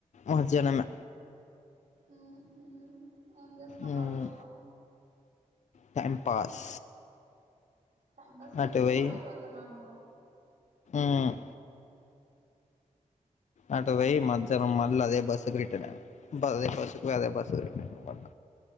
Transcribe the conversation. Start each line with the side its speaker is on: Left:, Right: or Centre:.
Left: మధ్యానమే
Right: మ్ హూ ఏం చేసినవు
Left: మ్మ్.
Right: కాలేజీలో
Left: టైం పాస్
Right: టైం పాస్ చేయనికే
Left: అటు పోయి
Right: కాలేజ్ పోతున్నావ నువ్వు
Left: హ్మ్ అటు వోయి మధ్యానం మళ్ల అదే బస్సుకి రిటన్ అయిన అదే బస్సుకి పోయి అదే బస్సు రిట్టన్ అయిన మళ్ల